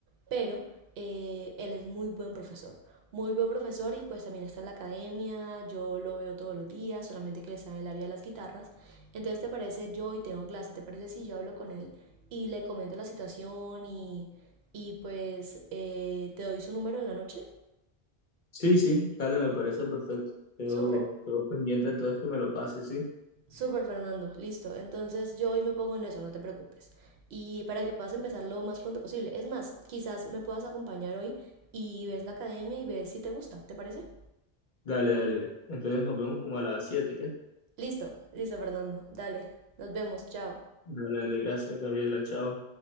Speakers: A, on the right; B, on the left.
A: pero eh, él es muy buen profesor. Muy buen profesor y pues también está en la academia, yo lo veo todos los días, solamente que él está en el área de las guitarras. Entonces, ¿te parece yo hoy tengo clase? ¿Te parece si yo hablo con él y le comento la situación y, y pues eh, te doy su número en la noche?
B: Sí, sí, dale, me parece perfecto. Quedo,
A: Súper.
B: quedo pendiente entonces que me lo pases, sí.
A: Súper, Fernando. Listo. Entonces yo hoy me pongo en eso, no te preocupes. Y para que puedas empezar lo más pronto posible. Es más, quizás me puedas acompañar hoy y ves la academia y ves si te gusta. ¿Te parece?
B: Dale, dale. Entonces nos vemos como a las 7, ¿qué?
A: Listo, listo, Fernando. Dale. Nos vemos. Chao.
B: Dale, dale, gracias, Gabriela, chao.